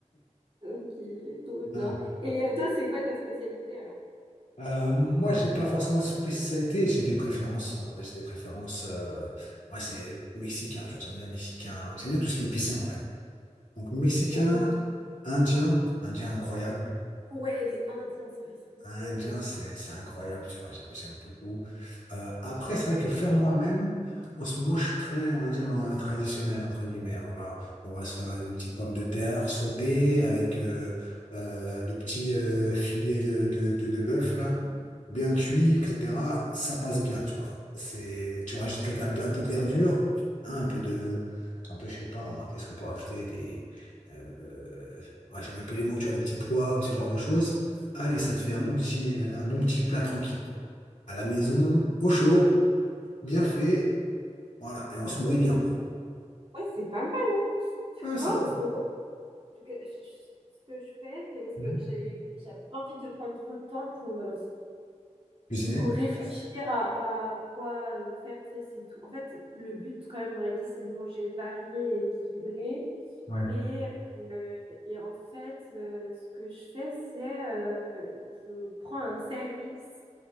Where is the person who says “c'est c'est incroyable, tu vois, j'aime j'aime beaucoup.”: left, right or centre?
Left